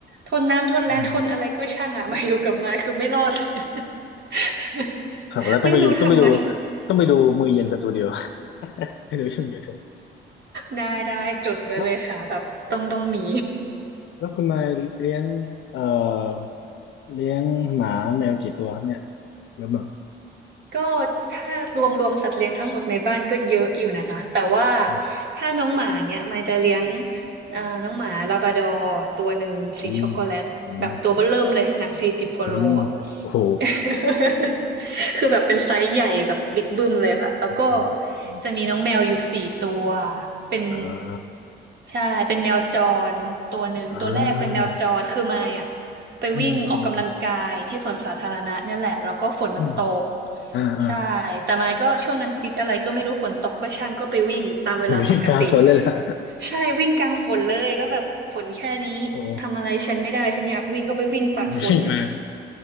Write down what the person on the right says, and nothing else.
ทนน้ำทนแรงทนอะไรก็ช่างอะมาอยู่กับไม้คือไม่รอด
<laughs>
ไม่รู้ทำไม
ได้ได้จดไว้เลยค่ะแบบต้องต้องมี
ก็ถ้ารวมรวมสัตว์เลี้ยงทั้งหมดในบ้านก็เยอะอยู่นะคะแต่ว่า
ถ้าน้องหมาเนี้ยมายจะเลี้ยงเอ่อน้องหมาลาบราดอร์ตัวหนึ่งสีช็อกโกแลตแบบตัวเบ้อเริ่มเลยหนักสี่สิบกว่าโล
<laughs> คือแบบเป็นไซส์ใหญ่แบบบิ๊กบึ้มเลยค่ะแล้วก็
จะมีน้องแมวอยู่สี่ตัวเป็น
ใช่เป็นแมวจรตัวหนึ่งตัวแรกเป็นแมวจรคือมายอ่ะ
ไปวิ่งออกกำลังกายที่สวนสาธารณะเนี่ยแหละแล้วก็ฝนมันตก
ใช่แต่มายก็ช่วงนั้นฟิตอะไรก็ไม่รู้ฝนตกก็ช่างก็ไปวิ่งตามเวลาปกติ
ใช่วิ่งกลางฝนเลยก็แบบฝนแค่นี้ทำอะไรฉันไม่ได้ฉันอยากวิ่งก็ไปวิ่งตากฝน